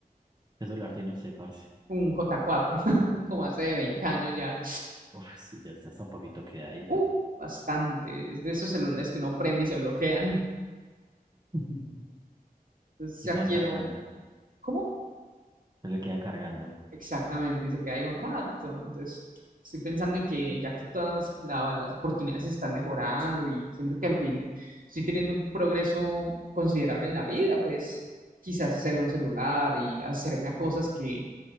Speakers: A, on the right; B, on the right.
A: ¿Qué celular tiene usted, parce?
B: Un J4, <laughs> como hace 20 años ya.
A: Uf, sí, ya está, está un poquito quedadito.
B: Uh, bastante. Es de esos celulares que uno prende y se bloquean.
A: <laughs>
B: Entonces
A: Se
B: ya
A: quedan
B: quiero.
A: cargando,
B: ¿Cómo?
A: se le queda cargando.
B: Exactamente. Y se queda ahí un rato. Entonces estoy pensando en que ya que todas las, la- las oportunidades se están mejorando y siento que al fin estoy teniendo un progreso considerable en la vida, pues quizás hacerme un celular y hacerme a cosas que,